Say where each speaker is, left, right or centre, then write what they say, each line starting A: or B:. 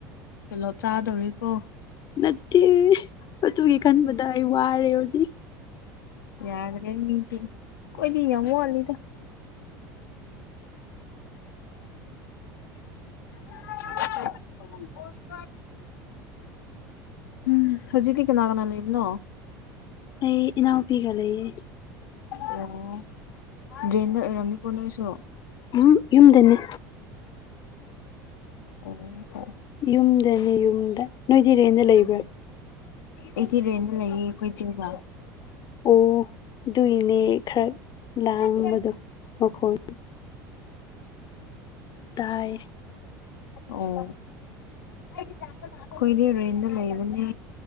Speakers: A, on the left; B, on the left.
A: ꯀꯦꯅꫭ ꯆꯥꯗꯧꯔꯤꯀꯣ
B: ꯅꯠꯇꯦ ꯑꯗꯨꯒꯤ ꯈꯟꯕꯗ ꯑꯩ ꯋꯥꯔꯦ ꯍꯧꯖꯤꯛ
A: ꯌꯥꯗ꯭ꯔꯦ ꯃꯤꯗꯤ ꯈꫭꯏꯗꯤ ꯌꯥꯝ ꯋꯥꯠꯂꯤꯗ
B: <unintelligible>
A: <inaudible> ꯎꯝ ꯍꯧꯖꯤꯛꯤ ꯀꯅꯥ ꯀꯅꯥ ꯂꯩꯕꯅꯣ
B: ꯑꯩ ꯏꯅꯥꯎ ꯄꯤꯒ ꯂꯩꯌꯦ
A: ꯑꯣ ꯔꯦꯟꯗ ꯑꯣꯏꯔꯝꯅꯤꯀꯣ ꯅꯣꯏꯁꯨ
B: ꯎꯝ ꯌꯨꯝꯗꯅꯦ
A: ꯑꯣ ꯑꯣ
B: ꯌꯨꯝꯗꯅꯦ ꯌꯨꯝꯗ ꯅꯣꯏ ꯔꯦꯟꯗ ꯂꯩꯕ꯭ꯔꯥ
A: ꯑꯩꯒꯤ ꯔꯦꯟꯗ ꯂꯩꯌꯦ ꯑꯩꯈꯣꯏ ꯆꯦꯒ
B: ꯑꯣ ꯑꯗꯨꯏꯅꯦ ꯈꯔ ꯂꯥꯡꯕꯗꯣ
A: <inaudible>
B: ꯃꯈꯣꯟ ꯇꯥꯏ
A: ꯑꯣ ꯑꯩꯈꯣꯏꯅꯦ ꯔꯦꯟꯗ ꯂꯩꯕꯅꯦ